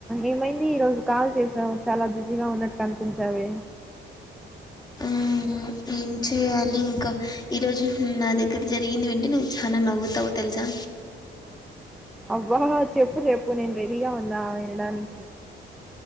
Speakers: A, in the centre; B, on the left (about 20°).
A: ఏమైంది ఈరోజు కాల్ చేసావు చాలా బిజీగా ఉన్నట్టు కనిపించావే
B: ఆ ఏం చేయాలి ఇంకా ఈరోజు నా దగ్గర జరిగింది వింటే నువ్వు చాలా నవ్వుతావు తెలుసా
A: అవబా చెప్పు చెప్పు నేను రెడిగా ఉన్న వినడానికి